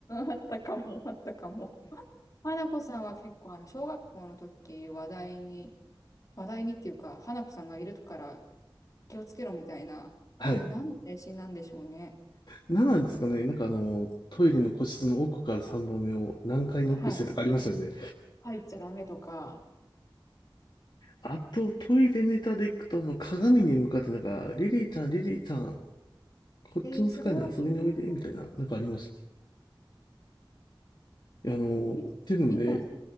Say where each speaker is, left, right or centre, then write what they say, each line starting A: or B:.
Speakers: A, on the left; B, on the left.
A: あったかも、あったかも。花子さんは結構、あの、小学校の時、話題に、話題にっていうか、花子さんがいるから気をつけろみたいな、
B: はい。
A: あれ、何の迷信なんでしょうね。
B: 何なんですかね、なんかあの、トイレの個室の奥から3番目を何回ノックしてとかありましたよね。
A: はい。入っちゃダメとか。
B: あと、トイレネタでいくと、あの、鏡に向かってなんか、リリーちゃん、リリーちゃん、こっちの世界に遊びにおいで、
A: えー、それは知らな
B: みたいな、なんかありました。いやあの、っていうのもね、
A: い。い今、ね、